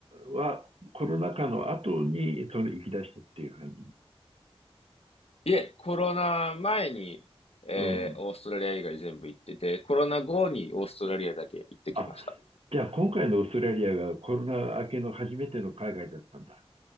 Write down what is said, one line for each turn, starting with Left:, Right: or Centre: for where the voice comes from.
Right: は、コロナ禍の後にそれ行き出したっていう感じ
Left: いえ、コロナ前に、えーオーストラリア以外全部行ってて、
Right: うん。
Left: コロナ後にオーストラリアだけ行ってきました。
Right: あ、じゃあ今回のオーストラリアがコロナ明けの初めての海外だったんだ。